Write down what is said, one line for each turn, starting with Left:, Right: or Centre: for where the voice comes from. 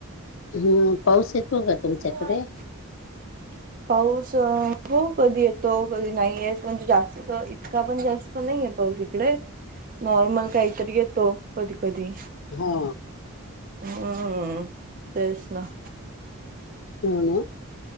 Left: हम्म पाऊस येतो का? तुमच्याकडे
Right: <unintelligible>
Left: <inaudible>
Right: पाऊस हो कधी येतो कधी नाही म्हणजे जास्त इतका पण जास्त नाहीये पाऊस इकडे.
Left: <inaudible>
Right: नॉर्मल काहीतरी येतो. कधी कधी.
Left: हा.
Right: हम्म तेच ना.
Left: हम्म